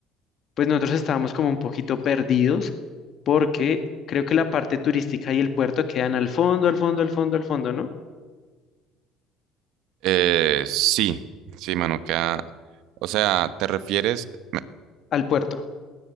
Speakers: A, on the left; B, on the right.
A: pues nosotros estábamos como un poquito perdidos porque creo que la parte turística y el puerto quedan al fondo, al fondo, al fondo, al fondo, ¿no?
B: Eh, sí, sí, mano, queda. O sea, ¿te refieres? me-
A: Al puerto.